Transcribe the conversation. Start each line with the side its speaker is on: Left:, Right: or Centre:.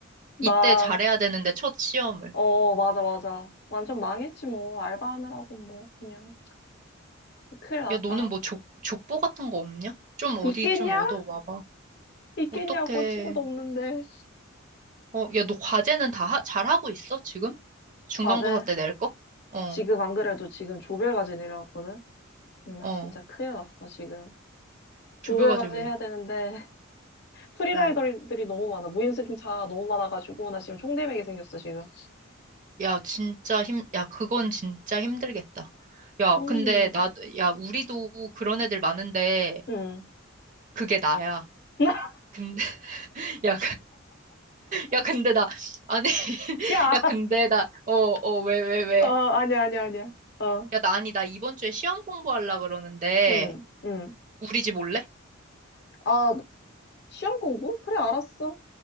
Left: 나,
Right: 이때 잘해야 되는데, 첫 시험을.
Left: 어, 맞아, 맞아. 완전 망했지, 뭐. 알바하느라고, 뭐. 그냥. 큰일 났다.
Right: 야, 너는 뭐 족, 족보 같은 거 없냐? 좀 어디
Left: 있겠냐?
Right: 좀 얻어와봐.
Left: 있겠냐고,
Right: 어떡해.
Left: 친구도 없는데.
Right: 어, 야, 너 과제는 다 하, 잘하고 있어, 지금? 중간고사
Left: 과제.
Right: 때 낼 거? 어,
Left: 지금 안 그래도 지금 조별과제 내려왔거든? 나
Right: 어.
Left: 진짜 큰일 났어, 지금. 조별과제
Right: 조별과제 왜?
Left: 해야 되는데, <laughs> 프리라이더들이
Right: 어.
Left: 너무 많아. 무임승차 너무 많아가지고, 나 지금 총대맥이 생겼어, 지금.
Right: 야, 진짜 힘, 야, 그건 진짜 힘들겠다. 야,
Left: 음.
Right: 근데 나, 야, 우리도 그런 애들 많은데,
Left: 음.
Right: 그게 나야.
Left: <laughs>
Right: 근데, <laughs> 야, 야, 근데 나, 아니, <laughs>
Left: 야!
Right: 야, 근데 나, 어, 어, 왜, 왜, 왜.
Left: 어, 아니야, 아니야, 아니야. 어,
Right: 야, 나, 아니, 나 이번 주에 시험 공부하려 그러는데,
Left: 응, 응.
Right: 우리 집 올래?
Left: 아, 시험 공부? 그래, 알았어.